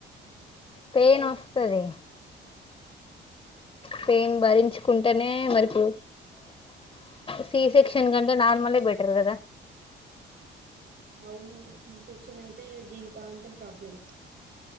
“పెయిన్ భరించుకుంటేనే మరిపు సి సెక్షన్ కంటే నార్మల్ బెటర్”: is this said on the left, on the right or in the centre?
Left